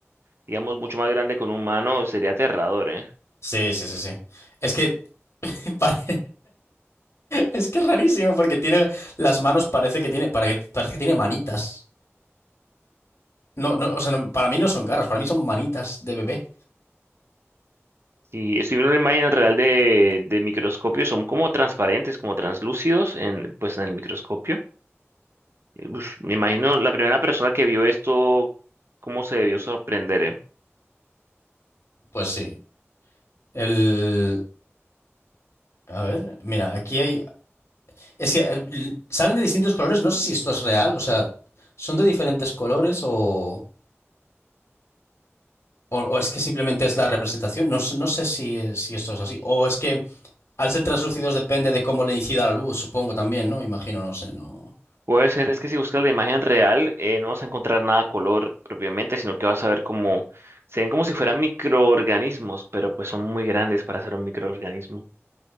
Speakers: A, on the right (about 60°); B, on the left (about 65°).
A: digamos, mucho más grande que un humano, sería aterrador, ¿eh?
B: Sí, sí, sí, sí. Es que <laughs> pare- es que es rarísimo porque tiene las manos parece que tiene pare- parece que tiene manitas. No, no, o sea, no- para mí no son garras, para mí son manitas de bebé.
A: Si, si una imagen real de, de microscopio, son como transparentes, como translúcidos en, pues, en el microscopio. Eh, uf, me imagino la primera persona que vio esto, cómo se debió sorprender, ¿eh?
B: Pues sí. El A ver, mira, aquí hay es que eh, l- salen de distintos colores, no sé si esto es real, o sea, son de diferentes colores o O, o es que simplemente es la representación. No, sé- no sé si, si esto es así. O es que al ser translúcidos depende de cómo le incida la luz, supongo también, ¿no? Imagino, no sé, no.
A: Puede ser, es que si buscas la imagen real, eh, no vas a encontrar nada a color propiamente, sino que vas a ver como, se ven como si fueran microorganismos, pero pues son muy grandes para ser un microorganismo.